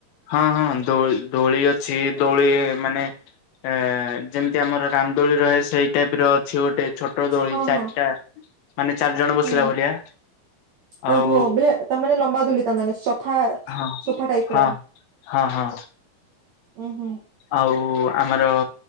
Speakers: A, on the left (about 80°); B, on the right (about 70°).
A: ହଁ ହଁ ଦୋ ଦୋଳି ଅଛି ଦୋଳି ମାନେ ଏ ଯେମିତି ଆମର ରାମଦୋଳି ରହେ ସେଇ ଟାଇପ ର ଅଛି ଗୋଟେ ଛୋ ଟ ଦୋଳି
B: ହଁ
A: ଚାରିଟା
B: ହଁ
A: ମାନେ ଚାରି ଜଣ ବସିଲା
B: ହୁଁ
A: ଭଳିଆ। ଆଉ
B: ଓହୋ ବେଳେ ତାମାନେ ଲମ୍ବା ଦୋଳି। ତାମାନେ ସୋଫା
A: ହଁ
B: ସୋଫା ଟାଇପର
A: ହଁ ହଁ ହଁ।
B: ଉଁ ହୁଁ।
A: ଆଉ ଆମର